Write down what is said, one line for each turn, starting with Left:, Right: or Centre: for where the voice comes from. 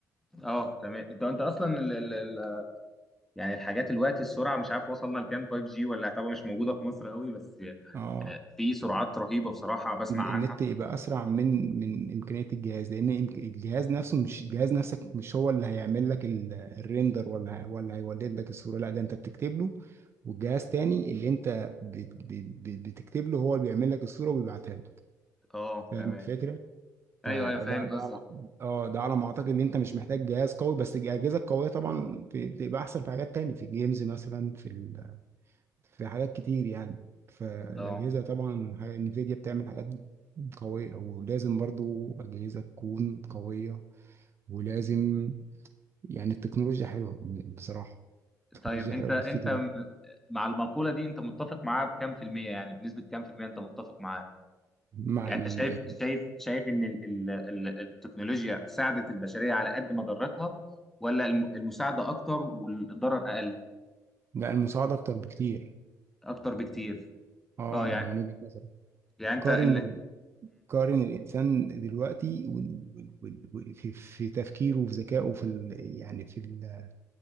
Centre: اه تمام انت انت اصلا ال ال ال يعني الحاجات الوقت السرعه مش عارف وصلنا لكام 5G ولا طبعا مش موجوده في مصر قوي بس
Right: اه
Centre: آه، في سرعات رهيبه بصراحه بسمع
Right: النت
Centre: عنها
Right: يبقى اسرع من من امكانيه الجهاز لان يمك- الجهاز نفسه مش الجهاز نفسك مش هو اللي هيعمل لك ال- الريندر ولا ولا هيولد لك الصوره لا ده انت بتكتب له والجهاز تاني اللي انت بت- بت- بت- بتكتب له هو اللي بيعمل لك الصوره وبيبعتها لك
Centre: اه
Right: فاهم
Centre: تمام
Right: الفكره فده
Centre: ايوه ايوه فاهم
Right: ده
Centre: قصدك
Right: على اه ده على ما اعتقد ان انت مش محتاج جهاز قوي بس الاجهزه القويه طبعا بتبقى احسن في حاجات تانية في الجيمز مثلا في ال في حاجات كتير يعني فالأجهزة
Centre: اه
Right: طبعا ح- انفيديا بتعمل حاجات قوية ولازم برضو أجهزة تكون قوية ولازم يعني التكنولوجيا حلوة بصراحة التكنولوجيا
Centre: طيب انت
Right: حلوة
Centre: انت
Right: بتفيد
Centre: م- مع المقولة دي انت متفق معاها بكام في المية يعني بنسبة كام في المية انت متفق معاها
Right: مع
Centre: يعني
Right: ال-
Centre: انت شايف شايف شايف ان ال ال ال التكنولوجيا ساعدت البشرية على قد ما ضرتها ولا الم- المساعدة اكتر والضرر اقل
Right: لا المساعدة أكتر بكتير
Centre: اكتر بكتير
Right: اه
Centre: اه
Right: أنا
Centre: يعني
Right: من وجهة نظري
Centre: يعني انت
Right: قارن
Centre: ال...
Right: قارن الإنسان دلوقتي وال... وال... وال... وال- في... في تفكيره وفي ذكائه في ال... يعني في ال...